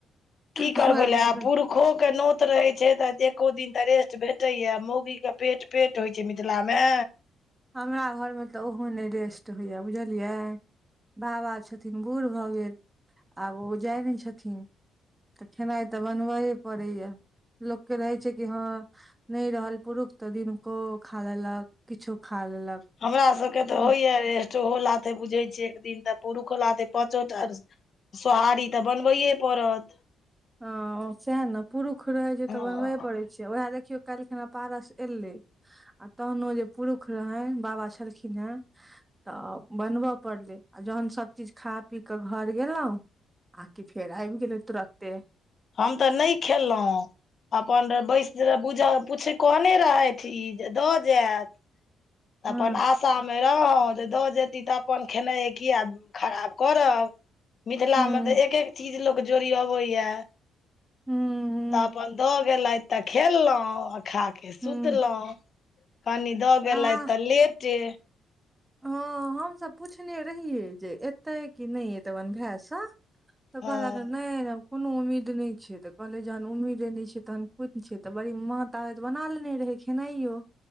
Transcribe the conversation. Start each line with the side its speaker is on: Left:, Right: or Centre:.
Left: कि
Right: हमरा
Left: करबै ओईला
Right: सबके
Left: ले आब
Right: तऽ
Left: पूुर- - खो के नोत रहे छैई तऽ एको दिन तऽ रेस्ट भेटेया मौगी के पेट -- पेट होइ छैई मिथिला मे।
Right: हमरा उम्र मे तऽ ओहो नहि रेस्ट होइए बुझलियै। बाबा छथिन बूढ़ भऽ गेल, आब ओ जाइ नहि छथिन। तऽ खेनाइ तऽ बनबैए पड़ैया। लोकके रहै छै कि हँ नहि रहल पुरुष तऽ दिनको खा लेलक किछो। खा लेलक
Left: हमरा सबके
Right: हँ
Left: तऽ होइया रे। सेहो लाते बुझे छिय एक दिन तऽ पुरुषो लाथे पाँचो टा सोहारी तऽ बनबैये। परत।
Right: अ सएह ने पुरुख रहे छैई
Left: हँ
Right: तऽ बनबे पड़ेई। उएह देखियौ काल्हि खना पारस एयलै। आ तहनो जे पुरुख रहै बाबा छलखिने। तऽ बनव पड़लै आ जहन सभ चीज खा पी कऽ घर गेलहुँ। आकी फेर एब गेले तोरते।
Left: हम तऽ नहि खेललहुँ। अपन बै स पुछल पूछे कहने रहथि ई जे दऽ जायत।
Right: हँ
Left: अपन आशामे रहौँ दऽ जेतीह तऽ अपन खेनाइए किए खराब करब। मिथिलामे
Right: हँ
Left: तऽ एक एक चीज लोक जोड़ियोबैया।
Right: हु हूँ।
Left: तऽ अपन दऽ गेलेथ तऽ खेललहुँं आ खा के सुतलहुँ
Right: हँ
Left: कनि। द गेलाथ
Right: आ
Left: तऽ लेटे।
Right: हँ हमसभ पुछने रहियै जे एतै कि नहि एतै अपनन भायसँ। तऽ
Left: हँ
Right: क ह लागल नेई एलो। कोनो उम्मीद नहि छै, तऽ कहलै जहन उम्मीद नहि छै, तहन खुदे पिछे तऽ बड़ी मात। ताबैत बना लेने रहे खेनाइयो